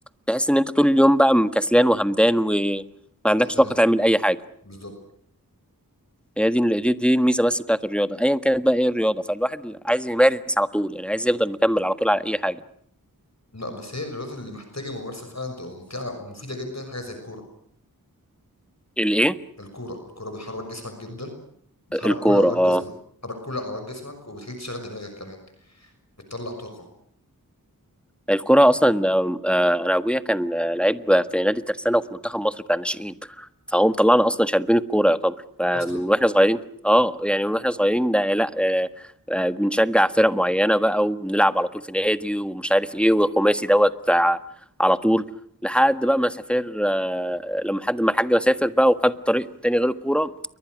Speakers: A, in the centre; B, on the left.
A: تحس ان انت طول اليوم بقى مكسلان وهمدان وما عندكش
B: عايز
A: طاقه
B: انام
A: تعمل اي حاجه
B: بالظبط
A: هي دي دي دي الميزه بس بتاعت الرياضه ايا كانت بقى ايه الرياضه فالواحد عايز يمارس على طول يعني عايز يفضل مكمل على طول على اي حاجه
B: لا بس هي الرياضة اللي محتاجة ممارسة فعلا تبقى ممتعة ومفيدة جدا حاجة زي الكورة
A: الايه
B: الكورة الكورة بتحرك جسمك جدا بتحرك
A: الكوره
B: كل عضلات
A: اه
B: جسمك بتحرك كل عضلات جسمك وبتخليك تشغل دماغك كمان بتطلع طاقة
A: الكوره اصلا آه، آه، انا ابويا كان آه، لعيب في نادي الترسانه وفي منتخب مصر بتاع الناشئين فهو مطلعنا اصلا شاربين الكوره يعتبر فمن
B: أصلا
A: واحنا صغيرين اه يعني من واحنا صغيرين آه، لا آه، آه، بنشجع فرق معينه بقى وبنلعب على طول في نادي ومش عارف ايه والخماسي دوت ع- على طول لحد بقى ما سافر آه، لما حد ما الحاج سافر بقى وخد طريق تاني غير الكوره